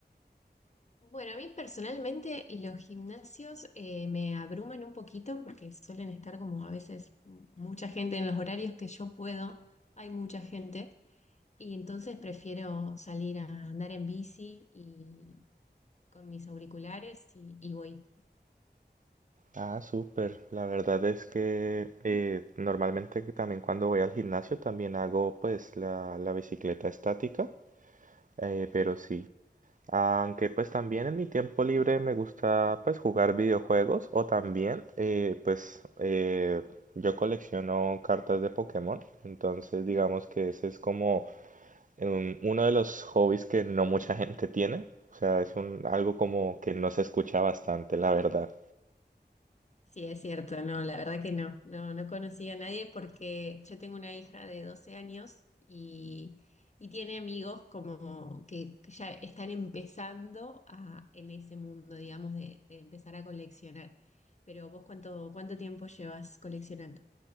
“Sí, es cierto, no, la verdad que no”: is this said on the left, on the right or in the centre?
Left